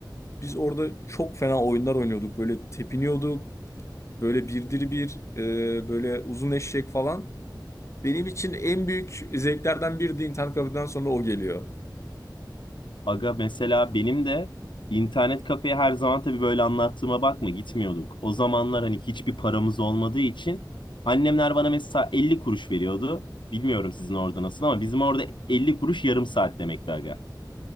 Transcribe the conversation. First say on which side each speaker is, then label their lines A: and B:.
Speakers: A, on the left (about 40°); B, on the left (about 85°).
A: Biz orada çok fena oyunlar oynuyorduk. Böyle tepiniyorduk. Böyle bir bir e, böyle uzun eşek falan. Benim için en büyük zevklerden biri de internet kafeden sonra o geliyor.
B: Aga mesela benim de internet kafeye her zaman tabii böyle anlattığıma bakma gitmiyorduk. O zamanlar hani hiçbir paramız olmadığı için annemler bana mesela 50 kuruş veriyordu. Bilmiyorum sizin orada nasıl ama bizim orada 50 kuruş yarım saat demekti aga.